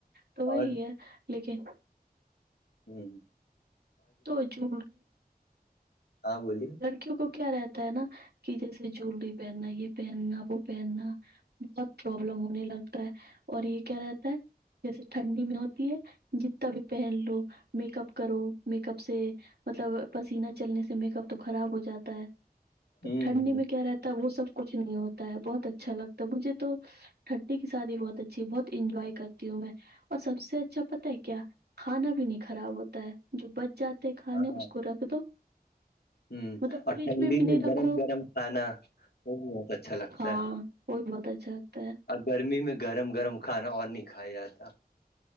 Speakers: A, on the right; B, on the left.
A: تو وہی
B: اور
A: ہے لیکن
B: ہوں <inaudible>
A: تو جی
B: ہاں بولیے
A: کیونک کیا رہتا ہے نا کہ جیسے جوولری پہننا یہ پہننا وہ پہننا بہت پرابلم ہونے لگتا ہے اور یہ کیا رہتا ہے جیسے ٹھنڈی میں ہوتی ہے جتنا بھی پہن لو میک اپ کرو میک اپ سے مطلب پسیینہ چلنے سے میک اپ تو خراب ہو جاتا ہے تو
B: ہ
A: ٹھنڈی میں کیا رہتا ہے وہ سب کچھ نہیں ہوتا ہے بہت اچھا لگتا ہے مجھے تو ھٹی کی شادی بہت اچھی ہے بہت انجوائے کرتی ہوں میں اور سب سے اچھا پتتا ہے کیا کھانا بھی نہیں خراب ہوتا ہے جو بچ جاتے کھانے
B: ہاں ہاں
A: اس کو رکھ دو
B: <inaudible> ہ
A: مطلب
B: اور
A: فریج
B: ٹھنڈی
A: بھی نہیں
B: میں گرم
A: رکھو
B: گرم کھانا وہ بھی بہت اچھا لگتا
A: ہاں
B: ہے
A: وہ بھی بہت اچھا لگتا ہے
B: اور گرمی میں گرم گرم کھانا اور نہیں کھایا جاتا